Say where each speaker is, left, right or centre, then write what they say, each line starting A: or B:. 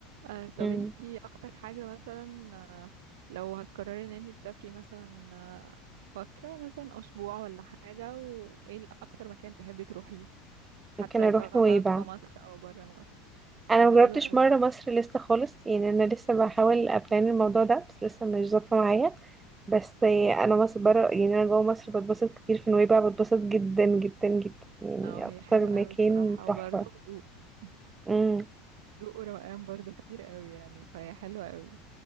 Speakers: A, on the right (about 75°); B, on the right (about 20°).
A: آه طب
B: مم.
A: انتي اكتر حاجة مثلا آه لو هتقرري ان انتي تسافري مثلا آه فترة مثلا اسبوع ولا حاجة وايه ال- اكتر مكان تحبي تروحيه حتى
B: ممكن اروح
A: سواء
B: نويبع
A: بقى جوه مصر او بره مصر
B: انا
A: اه ده
B: مجربتش
A: حلو قوي
B: مره مصر لسه خالص يعني انا لسه بحاول ابلان الموضوع ده بس لسه مش ظابطه معايا بس انا مصر بره يعني انا جوه مصر بتبسط كتير في نويبع بتبسط جدا جدا جدا يعني
A: اه هي
B: اكتر
A: حلو
B: مكان
A: قوي بصراحة وبرضه
B: تحفه
A: هدوء <laughs>
B: امم
A: هدوء وروقان برضه كتير قوي يعني فهي حلوة قوي